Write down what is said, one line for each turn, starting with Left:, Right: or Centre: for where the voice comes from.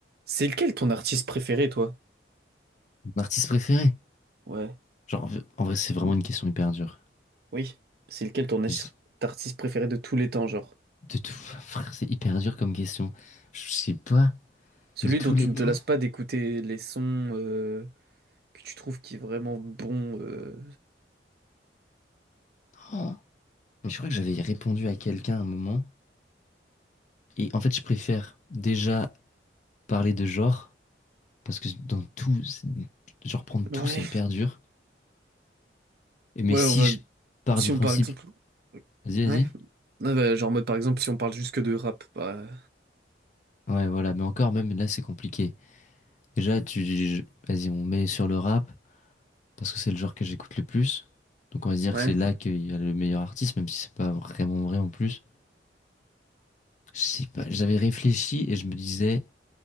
Right: C'est lequel ton artiste préféré, toi?
Left: Mon artiste préféré?
Right: Ouais.
Left: Genre, en vrai, c'est vraiment
Right: Mm.
Left: une question hyper dure.
Right: Oui. C'est lequel ton as-
Left: J-
Right: artiste préféré de tous les temps, genre?
Left: De tout, frère, c'est hyper dur comme question. Je sais pas,
Right: Celui
Left: de tous
Right: dont
Left: les
Right: tu ne
Left: temps.
Right: te lasses pas d'écouter les sons euh, que tu trouves qui est vraiment bon. euh.
Left: Oh. Mais je crois que j'avais répondu à quelqu'un à un moment. Et en fait, je préfère déjà parler de genre, parce que dans tout, c'est- genre prendre
Right: Ouais.
Left: tout, c'est hyper dur. Et mais
Right: Ouais,
Left: si
Right: on va.
Left: je pars
Right: Si
Left: du
Right: on
Left: principe,
Right: par exemple.
Left: vas-y, vas-y.
Right: Ouais. Ouais, bah, genre en mode par exemple, si on parle juste que de rap, bah.
Left: Ouais, voilà, mais encore, même là, c'est compliqué. Déjà, tu, je- vas-y, on met sur le rap. parce que c'est le genre que j'écoute le plus. Donc on va se dire
Right: Ouais.
Left: que c'est là qu'il y a le meilleur artiste, même si c'est pas vraiment vrai en plus. Je sais pas, j'avais réfléchi et je me disais,